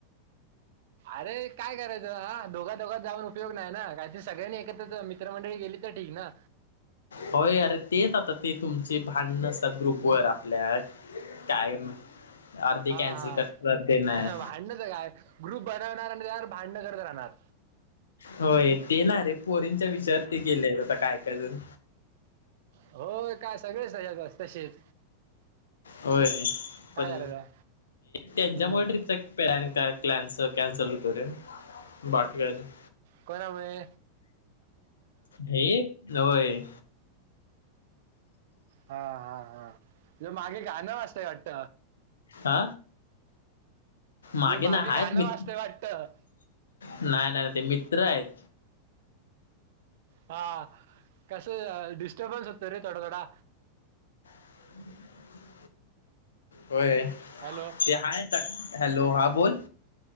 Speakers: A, on the right (about 55°); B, on the left (about 65°).
A: अरे काय करायचं हा दोघा दोघात जाऊन उपयोग नाही ना ऍडजस्हा सगळ्यांनी एकत्रच मित्रमंडळी गेली तर ठीक ना!
B: होय अरे, तेच आता ते तुमचे भांडण असतात ग्रुपवर आपल्या. काय करणार. अर्धी
A: हा
B: कॅन्सल
A: हा
B: करतात की नाय,
A: भांडणच काय ग्रुप बनवणार आणि त्यावर भांडणं करत राहणार
B: होय ते ना रे पोरींच्या विषयात ते गेले आता काय काय जण.
A: होय काय सगळे सगळ्यात जात तशेच.
B: होय पण
A: करायचं
B: त्यांच्यामुळे
A: हम्म
B: ट्रिपचा प्लॅन काय क्लॅनस कॅन्सल होतोय रे! बाकी काय नाही.
A: कोणा मुळे,
B: हे न्हवं,
A: हा हा हा तुझा पमागे गाणं वाचतंय वाटत,
B: हा मागे
A: तुझं
B: ना
A: गाणं
B: आहेच मी
A: वाजतंय वाटतं
B: नाही नाही ते मित्र आहेत.
A: हा कसं डिस्टर्बच होत रे थोडा थोडा,
B: <inaudible> होय
A: हॅलो
B: ते हाय ता, हॅलो हा बोल.